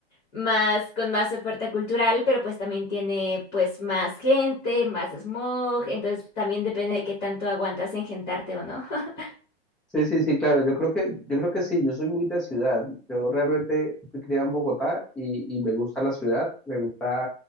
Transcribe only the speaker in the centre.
Sí, sí, sí, claro. Yo creo que, yo creo que sí, yo soy muy de ciudad. Yo realmente fui criado en Bogotá y, y me gusta la ciudad, me gusta